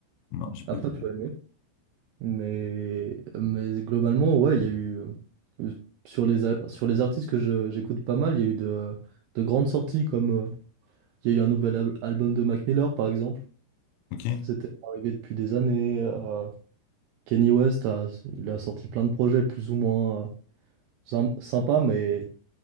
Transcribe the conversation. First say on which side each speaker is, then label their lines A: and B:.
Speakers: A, on the left; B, on the right.
A: Non, j'ai pas...
B: Après,
A: eu.
B: tu as aimé. Mais, mais globalement, ouais, il y a eu. euh, Sur les, a- sur les artistes que je- j'écoute pas mal, il y a eu de, de grandes sorties comme. euh, Il y a eu un nouvel al- album de Mac Miller, par exemple.
A: Ok?
B: Ça, c'était arrivé depuis des années. euh, Kanye West a, il a sorti plein de projets plus ou moins euh, sym- sympas, mais,